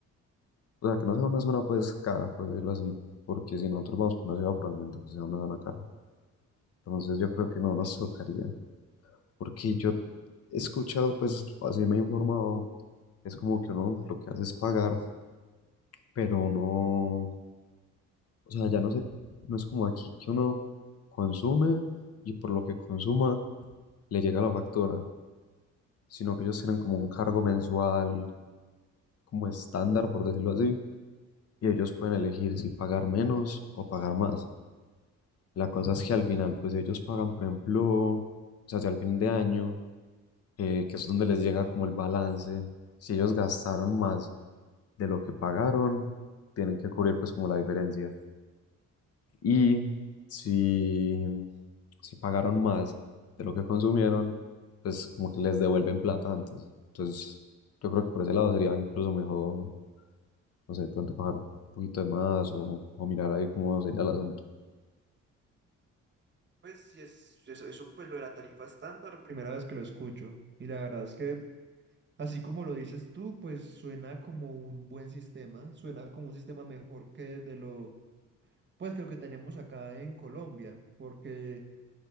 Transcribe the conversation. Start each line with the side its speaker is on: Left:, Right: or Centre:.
Left: o sea, que no sea una zona pues cara, por decirlo así, porque si nosotros vamos por una ciudad probablemente pues sea una zona cara, entonces yo creo que no nos tocaría. Porque yo he escuchado, pues así me he informado, es como que uno lo que hace es pagar, pero uno, o sea, ya no sé, no es como aquí que uno consume y por lo que consuma le llega la factura, sino que ellos tienen como un cargo mensual, como estándar, por decirlo así, y ellos pueden elegir si pagar menos o pagar más. La cosa es que al final, pues ellos pagan, por ejemplo, o sea, si al fin de año eh, que es donde les llega como el balance. Si ellos gastaron más de lo que pagaron, tienen que cubrir pues como la diferencia. Y si, si pagaron más de lo que consumieron, pues como que les devuelven plata antes. Entonces yo creo que por ese lado sería incluso mejor, no sé, de pronto pagar un poquito de más o, o mirar ahí cómo sería el asunto.
Right: Pues sí, es, eso, eso, pues lo de la tarifa estándar, Primera vez que lo escucho y la verdad es que Así como lo dices tú, pues suena como un buen sistema, suena como un sistema mejor que de lo, pues que lo que tenemos acá en Colombia, porque